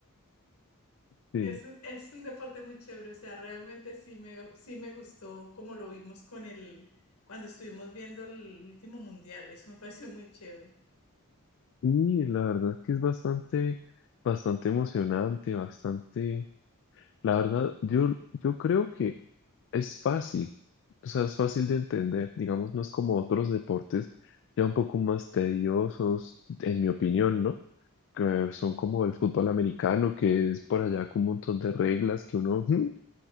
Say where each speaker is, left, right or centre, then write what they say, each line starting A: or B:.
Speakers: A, on the left; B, on the left.
A: Sí,
B: Es, un- es un deporte muy chévere. O sea, realmente sí me, sí me gustó como lo vimos con el, cuando estuvimos viendo el último mundial. Eso me <laughs> pareció muy chévere.
A: y la verdad es que es bastante, bastante emocionante, bastante, la verdad, yo, yo creo que Es fácil, o sea, es fácil de entender, digamos, no es como otros deportes ya un poco más tediosos, en mi opinión, ¿no? Que son como el fútbol americano, que es por allá con un montón de reglas que uno "Mm",